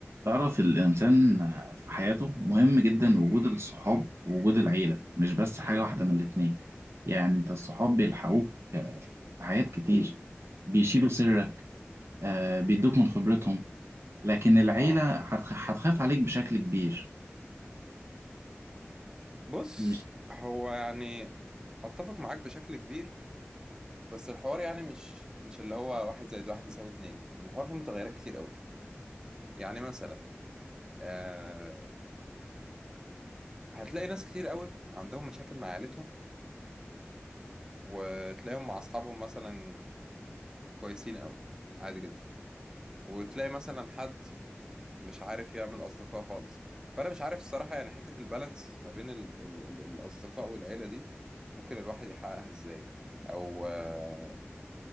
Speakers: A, on the right (about 65°); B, on the right (about 15°).
A: تعرف الإنسان في حياته مهم جدا وجود الصحاب ووجود العيلة مش بس حاجة واحدة من الاتنين يعني أنت الصحاب بيلحقوك في حاجات كتير بيشيلوا سرك آه، بيدوك من خبرتهم لكن العيلة
B: اه
A: هتخ- هتخاف عليك بشكل كبير
B: بص
A: مش
B: هو يعني اتفق معاك بشكل كبير بس الحوار يعني مش مش اللي هو واحد زائد واحد يساوي اتنين الحوار فيه متغيرات كتير قوي يعني مثلا آه هتلاقي ناس كتير قوي عندهم مشاكل مع عيلتهم وتلاقيهم مع اصحابهم مثلا كويسين قوي عادي جدا وتلاقي مثلا حد مش عارف يعمل اصدقاء خالص فانا مش عارف الصراحة يعني حتة البالانس ما بين ال ال ال الاصدقاء والعيلة دي ممكن الواحد يحققها ازاي او آه،